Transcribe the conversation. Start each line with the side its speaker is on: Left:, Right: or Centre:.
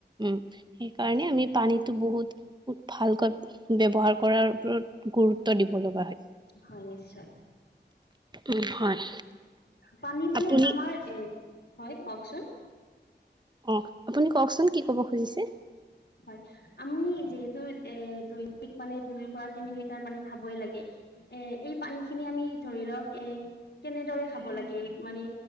Right: উম সেইকাৰণে
Left: নিশ্চয়
Right: আমি পানীতো বহুত ভালকৈ ব্যৱহাৰ কৰাৰ ওপৰত গুৰুত্ব দিব ল
Left: হয় নিশ্চয়
Right: উম হয়
Left: পানী মানে
Right: আপুনি
Left: আমাৰ এ হয় কওঁকচোন
Right: অ আপুনি কওঁকচোন কি কব খুজিছে
Left: হয় আমি যিহেতু এ দৈনিক মানে দুই পৰা তিনি লিটাৰ পানী খাবই লাগে এ এই পানী খিনি আমি ধৰি লওঁক এ কেনেদৰে খাব লাগে মানে